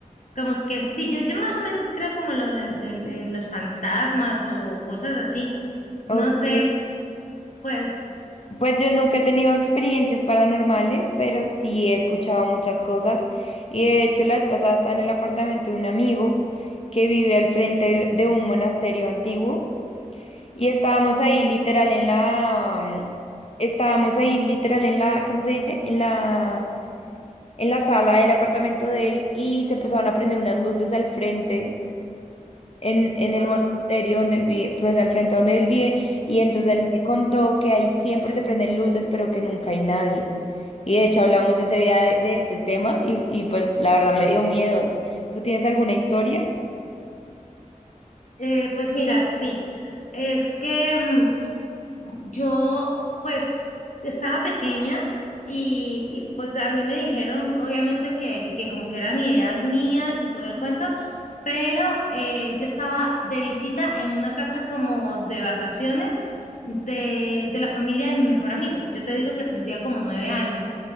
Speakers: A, on the left; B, on the left.
A: Como que sí, yo, yo más o menos creo como en los, en, en- en los fantasmas o cosas así. No
B: Ok.
A: sé, pues,
B: Pues yo nunca he tenido experiencias paranormales, pero sí he escuchado muchas cosas. Y de hecho, la vez pasada estaba en el apartamento de un amigo que vive al frente de un monasterio antiguo. Y estábamos ahí literal en la... mm, Estábamos ahí literal en la... ¿Cómo se dice? En la... en la sala del apartamento de él y se empezaron a prender unas luces al frente, en, en el
A: ah,
B: monasterio donde él vive, pues al frente donde él vive, y entonces él me contó que ahí siempre se prenden luces, pero que nunca hay nadie. Y de hecho hablamos ese día de, de este tema y, y pues la verdad me dio miedo. ¿Tú tienes alguna historia?
A: eh, pues mira, sí. Es que mm, yo, pues, estaba pequeña y, y, pues a mí me dijeron, obviamente, que, que como que eran ideas mías y todo el cuento, pero eh, yo estaba de visita en una casa como de vacaciones de, de la familia de mi mejor amigo. Yo te digo que tendría como nueve años.